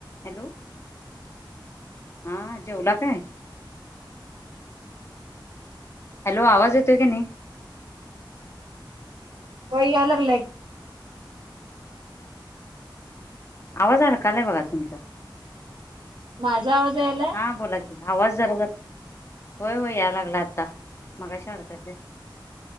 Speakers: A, on the left; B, on the right.
A: Hello हा जेवला काय हॅलो आवाज येतो कायनाही
B: होय याय लागलाय
A: आवाज अडकालय बघा तुमचा
B: माझा आवाज यायला
A: हा बोला की आवाज जरा होय होय या लागलाय आता मगाशी अलता की